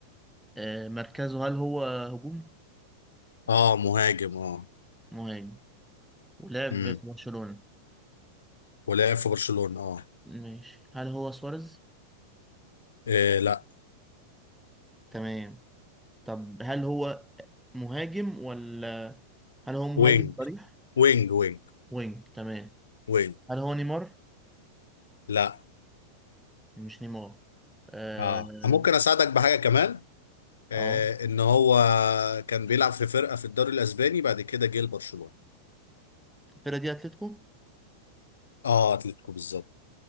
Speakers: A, in the centre; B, on the left (about 65°).
A: آه... مركزه هل هو هجوم
B: اه مهاجم اه
A: مهاجم ولعب
B: امم
A: في برشلونة
B: ولاعب في برشلونة اه,
A: ماشي هل هو سواريز
B: آه لا
A: تمام طب هل هو مهاجم ولا هل هو مهاجم
B: وينج
A: صريح
B: وينج وينج
A: وينج تمام
B: وينج
A: هل هو نيمار
B: لا
A: مش نيمار اه
B: اه ممكن اساعدك بحاجة كمان
A: اه
B: آه ان هو كان بيلعب في فرقة في الدوري الاسباني بعد كده جه لبرشلونة
A: الفرقة دي اتلتيكو
B: اه اتلتيكو بالظبط